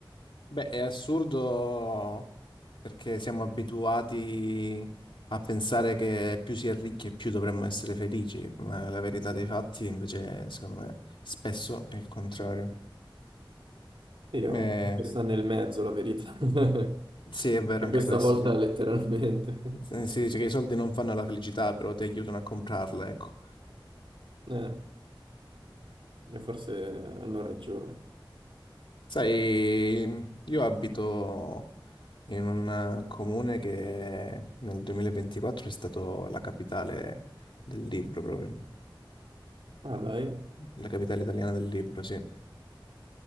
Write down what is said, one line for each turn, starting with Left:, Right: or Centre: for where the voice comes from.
Left: Beh, è assurdo perché siamo abituati a pensare che più si è ricchi e più dovremmo essere felici, ma la verità dei fatti invece, secondo me, spesso è il contrario.
Right: io,
Left: Eh,
Right: questa nel mezzo la verità. <laughs>
Left: Sì, è vero
Right: E
Left: anche
Right: questa
Left: questo,
Right: volta
Left: sì.
Right: letteralmente.
Left: Eh, Si dice che i soldi non fanno la felicità, però ti aiutano a comprarla, ecco.
Right: Eh, e forse eh, hanno ragione.
Left: Sai, io abito in un eh, comune che nel 2024 è stato la capitale del libro, proprio.
Right: Ah, dai,
Left: La capitale italiana del libro, sì.